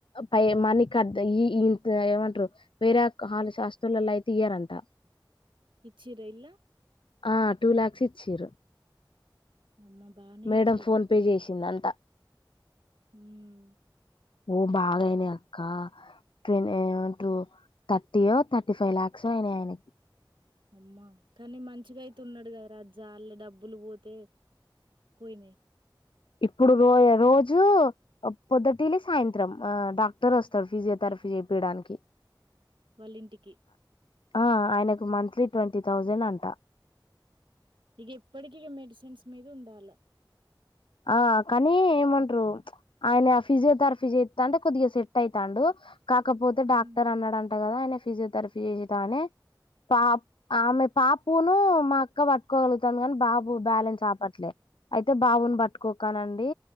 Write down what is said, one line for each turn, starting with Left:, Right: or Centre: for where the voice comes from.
Left: పై మనీ కద్ద ఈ ఇంత ఏమంటరు వేరే కాలేజ్ హాస్టళ్లలా అయితే ఇయ్యారంట
Right: ఇచ్చిరా ఇళ్లా
Left: ఆ టూ లాక్స్ ఇచ్చిరూ
Right: అమ్మ! బానే
Left: మేడం
Right: ఇచ్చిర్రు.
Left: ఫోన్ పే చేసిందంత
Right: హ్మ్
Left: ఓ బాగయినయీ అక్క ట్రే ఏమంట్రూ థర్టీయో థర్టీ ఫైవ్ లక్స్ఓ అయినాయి అయినయి
Right: అమ్మా కానీ మంచిగా అయితున్నాడు కదారా జాల్లే డబ్బులు పోతే పోయినాయి
Left: ఇప్పుడు రో రోజు పొద్దుటిలి సాయంత్రం ఆ డాక్టర్ వస్తాడు ఫిజియోథెర్ప్ ఫి చేపియాడానికి
Right: వాళ్ళింటికి
Left: ఆ ఆయనకు మంత్లీ ట్వంటీ థౌజండ్ అంట
Right: ఇక ఎప్పటికిగా మెడిసిన్స్ మీద ఉండాలా
Left: ఆ కానీ ఏమంటారు ఆయన ఫిజియోథెరపీ చెత్తంటే కొద్దిగా సెట్ అయితాండు కాకపోతే
Right: హ్మ్.
Left: డాక్టర్ అన్నాడంట కదా ఆయన ఫిజియోథెరపీ చేసేటానే పాప్ ఆమె పాపఉన్ను మా అక్క పట్టుకోగలుగుతాంది కానీ బాబు బ్యాలెన్స్ ఆపట్లే అయితే బాబును పట్టుకోకనండి